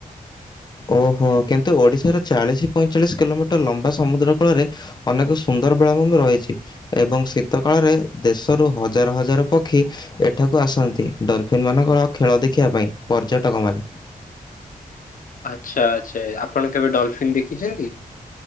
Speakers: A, on the left; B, on the left.
A: ଓହୋ କିନ୍ତୁ ଓଡ଼ିଶାର ଚାଳିଶ ପଇଁଚାଳିଶ କିଲୋମିଟର ଲମ୍ବା ସମୁଦ୍ର କୂଳରେ। ଅନେକ ସୁନ୍ଦର ବେଳା ଭୂମି ରହିଛି। ଏବଂ ଶୀତ କାଳରେ ଦେଶରୁ ହଜାର ହଜାର ପକ୍ଷୀ। ଏଠାକୁ ଆସନ୍ତି ଡଲଫିନ୍ ମାନଙ୍କର ଖେଳ ଦେଖିବା ପାଇଁ ପର୍ଯ୍ୟଟକ ମାନେ।
B: ଆଚ୍ଛା ଆଚ୍ଛା ଆପଣ କେବେ ଡଲଫିନ୍ ଦେଖିଛନ୍ତି?